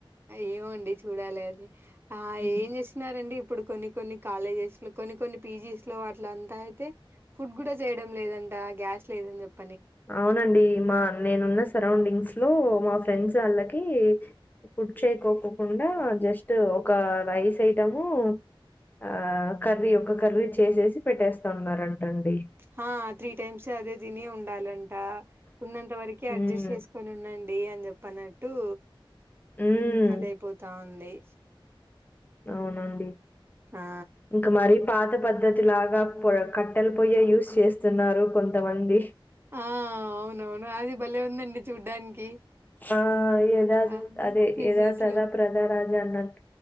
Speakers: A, on the right; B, on the left.
A: ఏమో అండి చూడాలి అది ఆ
B: హ్మ్.
A: ఏం చేస్తున్నారండి ఇప్పుడు కొన్ని కొన్ని కాలేజెస్ లో కొన్ని కొన్ని పీజీస్ లో అట్ల అంతా అయితే ఫుడ్ కూడా చేయడం లేదంట గ్యాస్ లేదని చెప్
B: అవునండి మా నేనున్న సరౌండింగ్స్ లో మా ఫ్రెం ఫ్రెండ్స్ వాళ్ళకి ఫుడ్ చేసుకోకోకుండా జస్ట్ ఒక రైస్ ఐటము ఆ కర్రీ ఒక కర్రీ చేసేసి పెట్టేస్తా ఉన్నారంటండి
A: హా త్రీ టైమ్స్ అదే తిని ఉండాలంట ఉన్నంత వరకే
B: హ్మ్
A: అడ్జస్ట్ చేసుకోను ఉండండి అని చెప్పరు టూ
B: హ్మ్
A: అదే పోతావుంది
B: అవునండి
A: ఆ
B: ఇంకా మరి పాత పద్ధతిలాగ కట్టల్ పొయ్యి యూస్ చేస్తున్నారు కొంతమంది.
A: ఆ అవునవును అదిబలె ఉందండి చూడ్డానికి
B: ఆ ఏదా
A: ఆ
B: అదే
A: పీజీస్
B: ఏదా తదా
A: లో
B: ప్రధాన లండన్